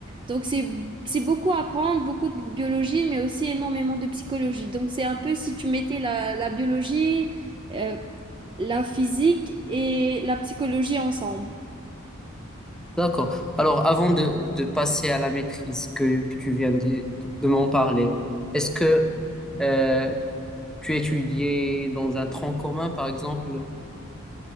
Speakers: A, on the right (about 20°); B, in the centre.
A: donc c'est, c'est beaucoup à apprendre, beaucoup de biologie, mais aussi énormément de psychologie. Donc c'est un peu si tu mettais la la biologie euh, la physique et la psychologie ensemble.
B: D'accord. Alors, avant de, de passer à la maîtrise que, que tu viens de, de m'en parler, est-ce que euh, tu étudiais dans un tronc commun, par exemple.